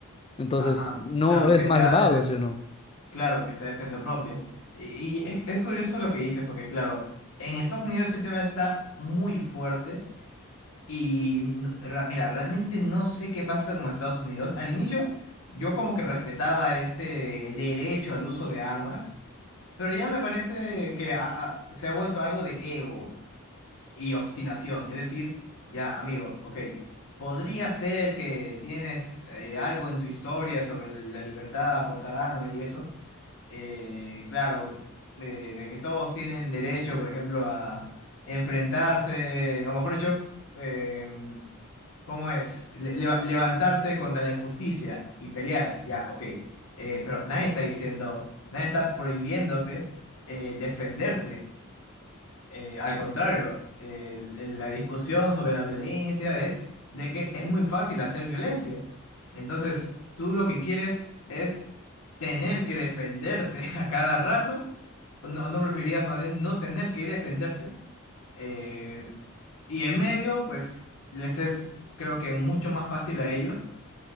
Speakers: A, on the left (about 25°); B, on the left (about 80°).
A: Entonces,
B: Ajá.
A: no
B: Claro,
A: es
B: que
A: malvado,
B: sea defensa,
A: ¿sí o no?
B: claro, que sea defensa propia. Y, y es, es curioso lo que dices, porque claro, en Estados Unidos ese tema está muy fuerte. Y no- ra- mira, realmente no sé qué pasa con Estados Unidos. Al inicio yo como que respetaba este derecho al uso de armas, pero ya me parece que ha- ha- se ha vuelto algo de ego y obstinación. Es decir, ya amigo, ok, podría ser que tienes eh, algo en tu historia sobre la libertad a portar armas y eso. Eh, claro, eh, de que todos tienen derecho, por ejemplo, a enfrentarse, o mejor dicho, em, ¿Cómo es? Le- leva- levantarse contra la injusticia y pelear, ya, ok. Eh, pero nadie está diciendo, nadie está prohibiéndote eh, defenderte. Eh, al contrario, el- el- la discusión sobre la violencia es de que es muy fácil hacer violencia. Entonces, tú lo que quieres es tener que defenderte <laughs> a cada rato. ¿O ¿No, no preferirías más bien no tener que defenderte? eh, y en medio, pues les es, creo que mucho más fácil a ellos